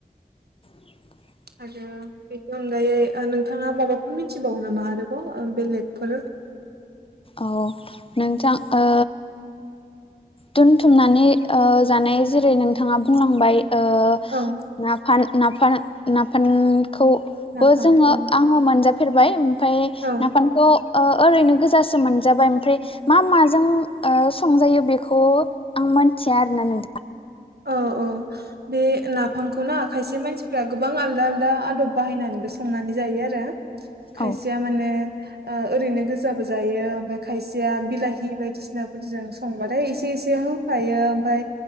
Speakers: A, on the left; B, on the right.
A: <inaudible>
B: आरो बेनि अनगायै ओ नोंथाङा माबाफोर मिथिबावो नामा आरोबाव ओ बेलेगफोर
A: औ नोंथां ओ दोनथुमनानै ओ जानाय जेरै नोंथाङा बुंलांबाय ओ
B: औ
A: नाफान नाफान नाफान खौबो
B: नाफाम
A: जोङो
B: औ
A: आङो मोनजाफेरबाय ओमफ्राय
B: औ
A: नाफानखौ ओ ओरैनो गोसो जासो मोनजाबाय ओमफ्राय मा माजों ओ संजायो बेखौ आं मोन थिया आरो ना नोंथा
B: औ औ बे नाफामखौ ना खायसे मानसिफ्रा गोबां आलदा आलदा आदब बाहायनानैबो संनानै जायो जायो आरो खायसेया
A: औ
B: माने ओ ओरैनो गोजाबो जायो ओमफ्राय खायसेया बिलाहि बायदिसिनाफोरजों संबाथाय एसे से होफायो ओमफ्राय